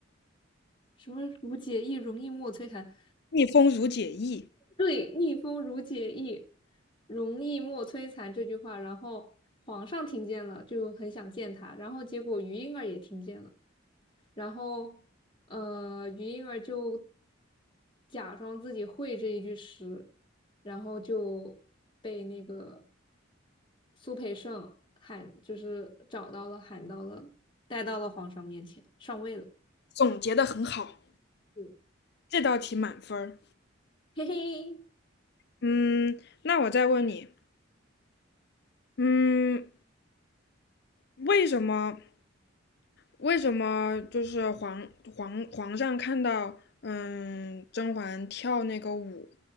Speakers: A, on the left (about 25°); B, on the left (about 55°).
A: 什么“如解意容易莫摧残”，
B: 逆风如解意，
A: 对，逆风如解意，容易莫摧残这句话，然后皇上听见了，就很想见他，然后结果于莺儿也听见了，然后呃，于莺儿就假装自己会这一句诗，然后就被那个苏培盛喊，就是找到了，喊到了，带到了皇上面前，上位了。
B: 总结的很好，
A: 嗯，
B: 这道题满分儿。
A: 嘿嘿，
B: 嗯，那我再问你，嗯，为什么为什么就是皇皇皇上看到嗯甄嬛跳那个舞，